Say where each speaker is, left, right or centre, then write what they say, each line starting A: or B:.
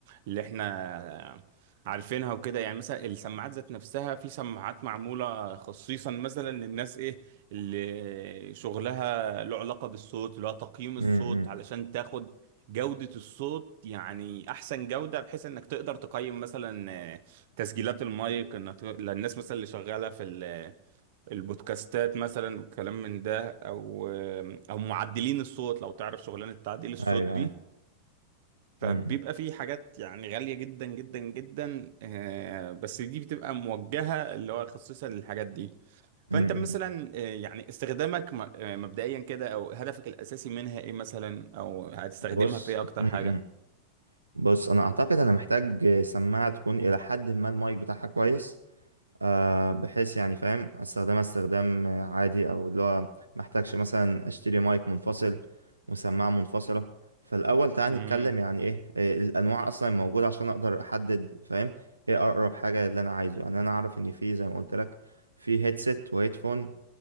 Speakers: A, on the right; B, on the right.
A: اللي إحنا عارفينها وكده يعني مثلا السماعات ذات نفسها في سماعات معمولة خصيصا مثلا للناس إيه اللي شغلها له علاقة بالصوت اللي هو تقييم الصوت
B: امم
A: علشان تاخد جودة الصوت يعني أحسن جودة بحيث إنك تقدر تقيم مثلا آه، تسجيلات المايك إنك للناس مثلا اللي شغالة في ال- البودكاستات مثلا والكلام من ده أو آه، أو معدلين الصوت لو تعرف شغلانة تعديل الصوت
B: ايوه
A: دي
B: ايوه
A: فبيبقى
B: امم
A: في حاجات يعني غالية جدا جدا جدا آه، بس دي بتبقى موجهة اللي هو خصيصا للحاجات دي
B: امم
A: فأنت مثلا آه، يعني استخدامك م- آه، مبدئيا كده أو هدفك الأساسي منها إيه مثلا أو هتستخدمها
B: بص
A: في إيه أكتر
B: م-
A: حاجة
B: م. بص انا اعتقد انا محتاج سماعه تكون الى حد ما المايك بتاعها كويس آه، بحيث يعني فاهم استخدمها استخدام آه، عادي او اللي هو محتاجش مثلا اشتري مايك منفصل وسماعة منفصلة فالاول تعال
A: امم
B: نتكلم يعني ايه آه، الانواع اصلا موجودة عشان اقدر احدد فاهم ايه اقرب حاجة اللي انا عايزه يعني انا اعرف ان في زي ما قلت لك في هيدسيت وهيدفون